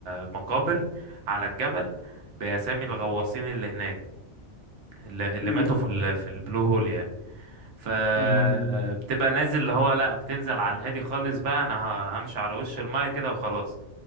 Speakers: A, on the right; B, on the left.
A: مقابر على الجبل بأسامي الغواصين اللي هناك اللي اللي
B: مم.
A: ماتوا في ال- في البلو هول يعني فبتبقى
B: يا نهار ابيض
A: نازل اللي هو لا بتنزل على الهادي خالص بقى انا ه- همشي على وش المايه كده وخلاص